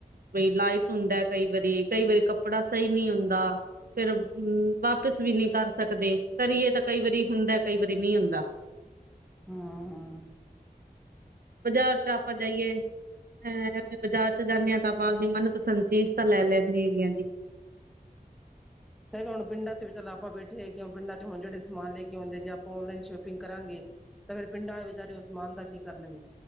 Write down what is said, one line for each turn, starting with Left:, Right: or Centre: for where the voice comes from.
Right: ਬਈ ਲਾਈਟ ਹੁੰਦਾ ਕਈ ਵਾਰੀ, ਕਈ ਵਾਰੀ ਕੱਪੜਾ ਸਹੀ ਨਹੀਂ ਹੁੰਦਾ। ਫੇਰ ਵਾਪਿਸ ਵੀ ਨੀ ਕਰ ਸਕਦੇ, ਕਰੀਏ ਤਾਂ ਕਈ ਵਾਰੀ ਹੁੰਦਾ, ਕਈ ਵਾਰੀ ਨਹੀਂ ਹੁੰਦਾ।
Centre: ਹਾਂ
Right: ਬਜ਼ਾਰ ਚ, ਆਪਾਂ ਜਾਈਏ- ਐ, ਬਾਜ਼ਾਰ ਚ ਜਾਂਨੇ ਹਾਂ ਤਾਂ ਆਪਾਂ ਆਪਦੀ ਮਨਪਸੰਦ ਚੀਜ਼ ਤਾਂ ਲੈ ਲੈਂਨੇ ਹੈਗੇ ਆ, ਜੀ।
Centre: ਫੇਰ, ਹੁਣ ਪਿੰਡਾਂ ਚ ਵੀ ਚਲੋ ਆਪਾਂ ਬੈਠੇ ਹੈਗੇ ਹਾਂ, ਪਿੰਡਾਂ ਚ ਹੁਣ ਜਿਹੜੇ ਸਮਾਨ ਲੈ ਕੇ ਆਉਂਦੇ, ਜੇ ਆਪਾਂ ਔਨਲਾਈਨ ਸ਼ੋਪਿੰਗ ਕਰਾਂਗੇ- ਤਾਂ ਫੇਰ ਪਿੰਡਾਂ ਆਲੇ, ਵਿਚਾਰੇ ਉਸ ਸਮਾਨ ਦਾ ਕੀ ਕਰਨਗੇ?